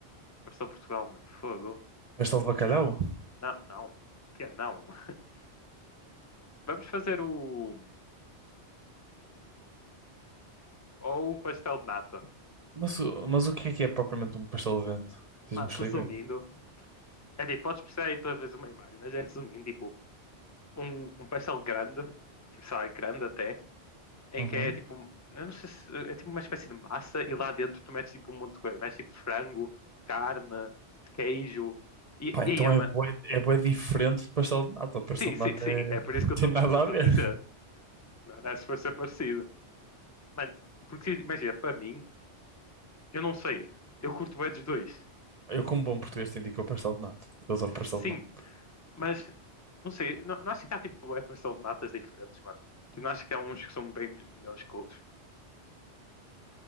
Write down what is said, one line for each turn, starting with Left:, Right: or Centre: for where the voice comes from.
Left: Pastel Portugal, mano. Fogo.
Right: Pastel de bacalhau?
Left: Não, não. Que é não. <laughs> Vamos fazer o ou o pastel de nata.
Right: Mas, o- mas o que é que é propriamente um pastel de vento? Diz-me
Left: Mano,
Right: explicar.
Left: resumindo, é tipo, podes precisar aí para ver uma imagem, mas é resumindo, tipo, um, um pastel grande, tipo, sei lá, grande até em
Right: Uhum.
Left: que é tipo, eu não sei se é tipo uma espécie de massa e lá dentro tu metes tipo um monte de coisa, metes tipo frango, carne, queijo e,
Right: Pá,
Left: e
Right: então
Left: ah,
Right: é
Left: mano,
Right: bué, é bué diferente do pastel de nata. O pastel
Left: sim,
Right: de
Left: sim,
Right: nata
Left: sim,
Right: é...
Left: é por isso que eu
Right: <laughs> tem nada
Left: estou
Right: a ver.
Left: a dizer, não é se for ser parecido, mano, porque imagina, para mim, eu não sei, eu curto bem dos dois,
Right: Eu, como bom português, te indico o pastel de nata. Eu adoro pastel
Left: sim,
Right: de nata.
Left: mas não sei, não, não acho que há tipo é pastel de natas diferentes, mano, tipo, não acho que há uns que são bem melhores que outros,